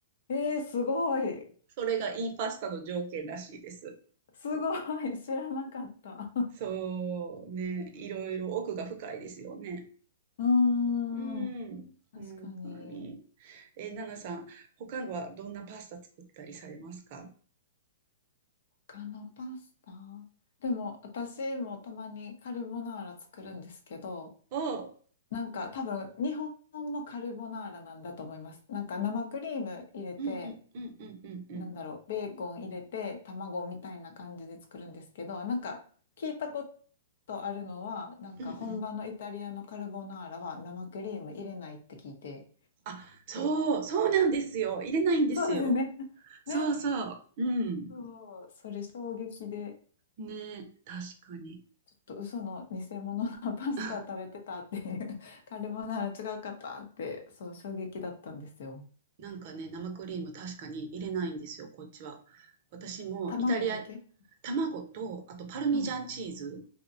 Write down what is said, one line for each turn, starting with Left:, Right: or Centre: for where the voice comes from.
Left: ええー、すごい。
Right: それがいいパスタの条件らしいです。
Left: すごい、<laughs> 知らなかった。<laughs>
Right: そうね、いろいろ奥が深いですよね。
Left: うーん、
Right: うん、
Left: 確かに。
Right: 本当に。え、ナナさん、他はどんなパスタ作ったりされますか？
Left: 他のパスタでも、私もたまにカルボナーラ作るんですけど、
Right: おお、
Left: なんか多分、日本のカルボナーラなんだと思います。なんか生クリーム入れて、
Right: うんうんうんうんうんうん。
Left: なんだろう、ベーコン入れて、卵みたいな感じで作るんですけど、なんか聞いたことあるのは、なんか本場のイタリアのカルボナーラは生クリーム入れないって聞いて。
Right: うんうん。あ、そう、そうなんですよ。入れないんですよ。
Left: そうですよね。<laughs>
Right: そうそう。
Left: ね
Right: うん。
Left: そう、それ衝撃で、
Right: ね、確かに。
Left: ちょっと嘘の偽物のパスタ食べてたっていう、
Right: <laughs>
Left: <laughs> カルボナーラ違うかったって、そう、衝撃だったんですよ。
Right: なんかね、生クリーム確かに入れないんですよ、こっちは。私もイタリア、
Left: 卵だけ
Right: 卵と、あとパルミジャンチーズ
Left: うん。